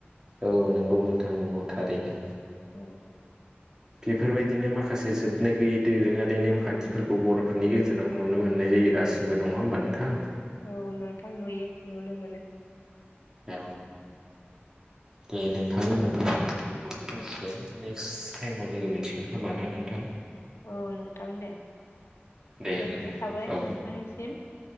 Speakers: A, on the right; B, on the left.
A: औ नंगौ नोंथां नोंगौ थारैनो
B: औ
A: बेफोरबायदिनो माखासे जोबनाय गैयै दोरोङारि नेमखान्थिफोरखौ बर'फोरनि गेजेराव नुनो मोननाय जायो दासिमबो नङा होमबा नोंथां
B: औ नोंथां नुयो नुनो मोनो
A: औ दे नोंथां होमबा समाबो जासिगोन नेक्स्ट टाइमाव लोगो मोनसिगोन खोमा ना नोंथां
B: औ नोंथां दे
A: देलाय
B: गोजोननाय थाबाय
A: औ
B: नोंथांनिसिम